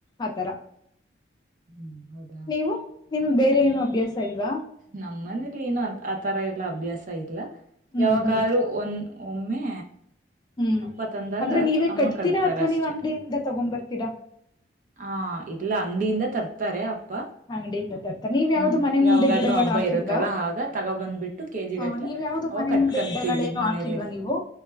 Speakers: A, on the left (about 20°); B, on the right (about 45°).
A: ಆತರ
B: ಹ್ಮ್ ಹೌದ
A: ನೀವು ನಿಮ್ಗೆ ಬೇರೆ ಏನು ಅಭ್ಯಾಸ ಇಲ್ವಾ
B: ನಮ್ಮ್ ಮನೇಲಿ ಏನ್ ಆ ತರ ಎಲ್ಲ ಅಭ್ಯಾಸ ಇಲ್ಲ
A: ಹ್ಮ್
B: ಯಾವಾಗಾದ್ರರು
A: ಹ್ಮ್
B: ಒನ್ ಒಮ್ಮೆ
A: ಹ್ಮ್
B: ಅಪ್ಪ ತಂದಾಗ
A: ಅಂದ್ರೆ ನೀವೇ
B: ಅಮ್ಮ
A: ಕಟ್ತೀರಾ
B: ಕಟ್ತಾರೆ
A: ಅಥವಾ
B: ಅಷ್ಟೆ
A: ನೀವ್ ಅಂಗಡಿಯಿಂದ ತಗೊಂಡ್ ಬರ್ತೀರಾ
B: ಹಾ ಇಲ್ಲ ಅಂಗಡಿಯಿಂದ ತರ್ತಾರೆ ಅಪ್ಪ
A: ಅಂಗಡಿಯಿಂದ ತರ್ತ ನೀವ್
B: ಹ್ಮ್
A: ಯಾವ್ದು ಮನೆ
B: ಯಾವಾಗಾದ್ರು
A: ಮುಂದೆ ಗಿಡಗಳು
B: ಹಬ್ಬ
A: ಹಾಕಿಲ್ವಾ
B: ಇರುತ್ತಲ್ಲ ಆಗ ತಗೋ ಬಂದ್ಬಿಟ್ಟು ಕೆಜಿ
A: ಆ
B: ಗಟ್ಲೆ
A: ನೀವ್ ಯಾವ್ದು
B: ಅವಾಗ
A: ಮನೆ
B: ಕಟ್ಕಂತೀವಿ
A: ಮುಂದೆ ಗಿಡಗಳೇನು
B: ಮನೇಲಿ
A: ಹಾಕಿಲ್ವಾ ನೀವು